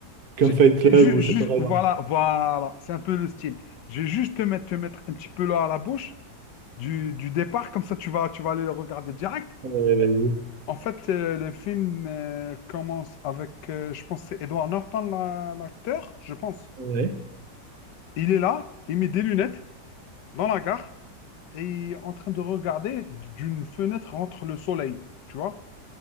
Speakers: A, on the right (about 60°); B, on the left (about 80°).
A: comme
B: je-
A: Fight Club
B: je-
A: ou
B: je- je-
A: Shutter Island.
B: voilà, voilà, c'est un peu le style. Je vais juste te mettre, te mettre un petit peu là à la bouche du, du départ, comme ça tu vas, tu vas aller le regarder direct.
A: Ouais, vas-y.
B: En fait, euh, le film euh, commence avec, euh, je pense, que c'est Edward Norton, la- l'acteur, je pense.
A: Ouais.
B: Il est là, il met des lunettes dans la gare et il est en train de regarder d'une fenêtre entre le soleil, tu vois.